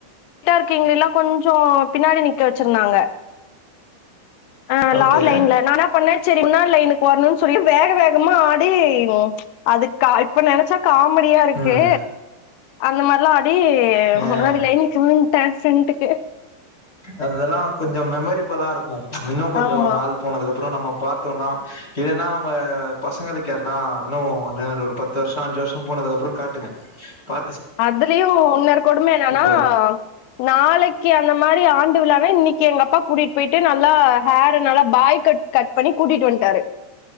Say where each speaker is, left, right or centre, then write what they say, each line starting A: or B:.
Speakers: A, on the left (about 85°); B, on the left (about 20°).
A: டா இருக்கீங்கலா கொஞ்சோ பின்னாடி நிக் நிக்க வச்சிருந்தாங்க ஆ
B: ஓகே
A: லாட் லைன்ல நா பண்ண சரி முன்னா லைனுக்கு வர்னுன் சொல்லிடு வேக வேகமா ஆடி அதுக்கா இப்ப நென ச்சா காமெடியாருக்கு
B: ம்
A: அந்த மார்லா ஆ டி
B: ஆ
A: முன்னாடி லைன் நிக்க வந்ட்ட ஃப்ரெண்ட்டுக்கு
B: அதெல்லா கொஞ்சோ மெமரிபளாருக்கு இன்னு கொஞ்சோ
A: ஆமா
B: நாள் போனதுக்கு அப்புறோ நம்ம பாத்தோன்னா இல்லீன்னா அவுங்க பசங்களுக்கு யார்னா இன்னு ஒன்யர் ஒரு பத்து வர்ஷோ அஞ்சு வர்ஷோ போனதுக்கப்புறங் காட்டுங்க பா
A: அதுலியு இன்னொரு கொடும என்னனா
B: வரு
A: நாளைக்கி அந்த மாரி ஆண்டுவிழானா இன்னிக்கி எங்க அப்பா கூட்டிட் போயிட்டு நல்லா ஹேர நல்லா பாய் கட் கட் பண்ணி கூட்டிட்டு வந்ட்டாரு